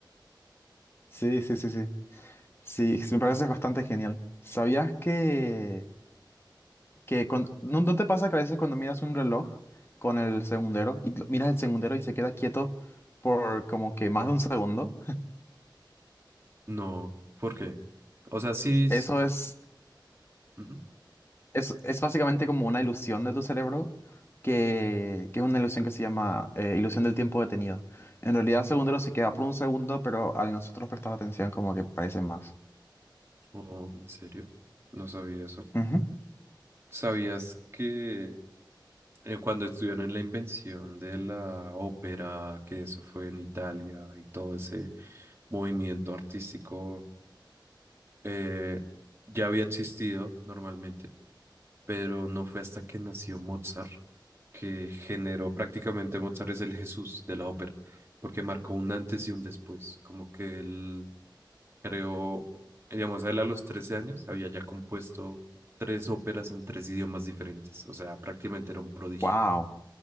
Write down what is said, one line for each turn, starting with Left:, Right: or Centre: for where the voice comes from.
Left: Sí, sí, sí, sí. Sí, me parece bastante genial. ¿Sabías que, que cuando- ¿no, no te pasa que a veces cuando miras un reloj con el segundero y lo- miras el segundero y se queda quieto por como que más de un segundo?
Right: No, ¿por qué? O sea, sí. s-
Left: Eso
Right: s-
Left: es,
Right: ujú.
Left: es, es básicamente como una ilusión de tu cerebro, que, que es una ilusión que se llama eh, ilusión del tiempo detenido. En realidad, segundo se queda por un segundo, pero al nosotros prestar atención, como que parece más.
Right: Oh, ¿en serio? No sabía eso.
Left: Ujú.
Right: ¿Sabías que eh, cuando estuvieron en la invención de la ópera, que eso fue en Italia y todo ese movimiento artístico, eh, ya había existido normalmente, pero no fue hasta que nació Mozart que generó prácticamente Mozart es el Jesús de la ópera, porque marcó un antes y un después, como que él creó, digamos, él a los 13 años había ya compuesto tres óperas en tres idiomas diferentes, o sea, prácticamente era un prodigio.
Left: Wow,